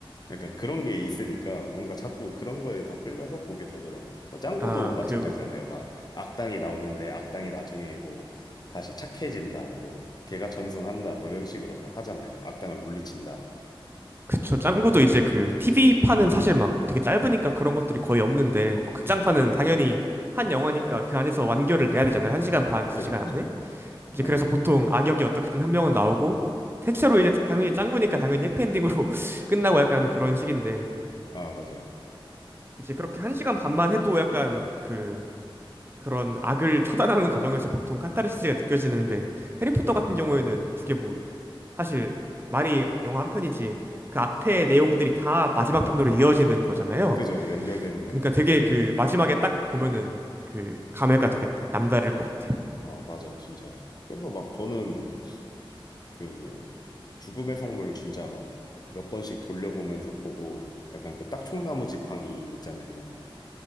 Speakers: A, on the left; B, on the right.
A: 약간 그런 게 있으니까 뭔가 자꾸 그런 거에 더 끌려서 보게 되더라고요. 뭐 짱구도
B: 아,
A: 마찬가지잖아요.
B: 그,
A: 막 악당이 나오는데 악당이 나중에 뭐 다시 착해진다, 뭐 개가 전선한다, 뭐 이런 식으로 뭐 하잖아요. 악당을 물리친다.
B: 그쵸. 짱구도 이제 그 TV판은
A: 네,
B: 사실 막 되게 짧으니까 그런 것들이 거의 없는데, 뭐 극장판은
A: 네,
B: 당연히 한 영화니까 그 안에서 완결을 내야 되잖아요. 한 시간 반, 두
A: 그죠,
B: 시간
A: 그죠.
B: 안에. 이제
A: 네,
B: 그래서 보통 악역이 어떻게든 한 명은 나오고 대체로 이제 당연히 짱구니까 당연히 해피엔딩으로 <laughs> 끝나고 약간 그런 식인데
A: 아, 맞아요.
B: 이제 그렇게 한 시간 반만 해도 약간 그 그런 악을 처단하는 과정에서 보통 카타르시스가 느껴지는데 해리포터 같은 경우에는 그게 뭐 사실 말이 영화 한 편이지 그 앞에 내용들이 다 마지막 편으로 이어지는 거잖아요.
A: 그죠, 연결되는 거니까.
B: 그러니까 되게 그 마지막에 딱 보면은 그 감회가 되게 남다를 것 같아요.
A: 아, 맞아요, 진짜. 그래서 막 저는 그 죽음의 성물 진짜 막 몇 번씩 돌려보면서 보고 약간 그 딱총나무 지팡이 있잖아요.